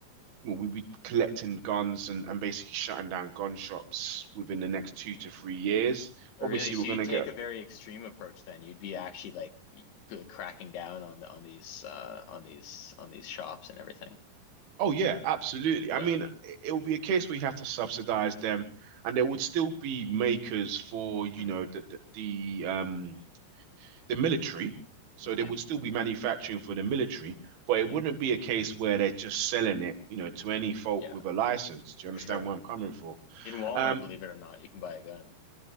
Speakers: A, on the right (about 65°); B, on the left (about 75°).
A: well, we'd be collecting guns and, and basically shutting down gun shops within the next two to three years.
B: Oh,
A: Obviously,
B: Really? So
A: we're going
B: you'd
A: to
B: take
A: get,
B: a very extreme approach then. You'd be actually like c- cracking down on the on these uh on these on these shops and everything.
A: oh yeah, absolutely.
B: Yeah.
A: I mean, it, it will be a case where you have to subsidize them, and there would still be makers for,
B: hmm
A: you know, the the, the um the military. So
B: hmm
A: they would still be manufacturing for the military, but
B: hmm
A: it wouldn't be a case where they're just selling it, you know, to any folk
B: Yeah,
A: with a license. Do you
B: for
A: understand
B: sure.
A: where I'm coming from?
B: In Walmart,
A: Um,
B: believe it or not, you can buy a gun.